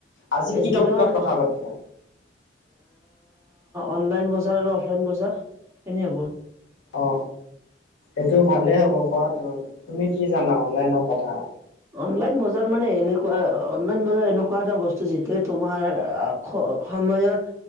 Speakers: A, on the left (about 80°); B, on the right (about 15°).
A: আজি
B: এছ
A: কি টপিকত
B: বি টোৰ
A: কথা পাতিবা?
B: অনলাইন বজাৰ আৰু অফলাইন বজাৰ কেনে হ'ব
A: অ এইটো ভালেই হ'ব কোৱাটো তুমি কি জানা অনলাইনৰ কথা
B: অনলাইন বজাৰ মানে এনেকুৱা অনলাইন বজাৰ এনেকুৱা এটা বস্তু যিটোয়ে তোমাৰ সময়ৰ